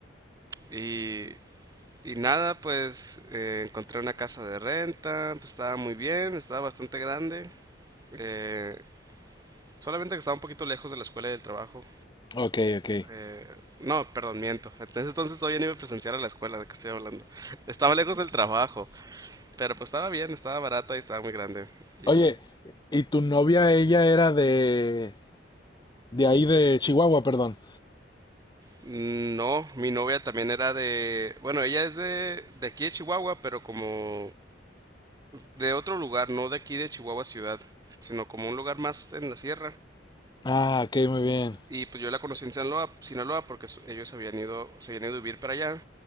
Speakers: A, on the right (about 20°); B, on the left (about 25°).
A: Y, y nada, pues eh, encontré una casa de renta, pues estaba muy bien, estaba bastante grande. eh, solamente que estaba un poquito lejos de la escuela y del trabajo.
B: Ok, ok.
A: Eh, no, perdón, miento. Entonces, entonces todavía no iba a presenciar a la escuela de que estoy hablando. Estaba lejos del trabajo, pero pues estaba bien, estaba barata y estaba muy grande. Y
B: Oye, ¿y tu novia, ella era de, de ahí de Chihuahua, perdón?
A: no, mi novia también era de... Bueno, ella es de, de aquí de Chihuahua, pero como de otro lugar, no de aquí de Chihuahua ciudad, sino como un lugar más en la sierra.
B: Ah, ok, muy bien.
A: Y pues yo la conocí en Sinaloa, Sinaloa porque su- ellos habían ido, se habían ido a vivir para allá.